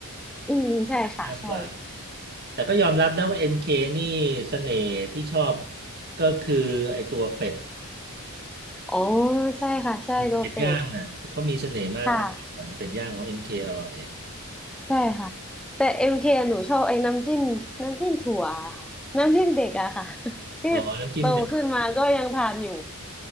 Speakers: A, in the centre; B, on the right (about 45°).
A: อืมใช่ค่ะใช่
B: มากกว่าแต่ก็ยอมรับนะว่า m คนี่เสน่ห์ที่ชอบก็คือไอตัวเป็ด
A: อ๋อใช่ค่ะใช่โกเป็ด
B: เป็ดย่างอ่ะเขามีเสน่ห์มากอะ
A: ค่ะ
B: เป็ดย่างของเ k อร่อย
A: ใช่ค่ะแต่เอ็มเคหนูชอบไอ้น้ำจิ้มน้ำจิ้มถั่วอะค่ะน้ำจิ้มเด็กอะค่ะ <laughs> ที่โตขึ้นมาก็ยังทานอยู่
B: อ๋อน้ำจิ้มเด็ด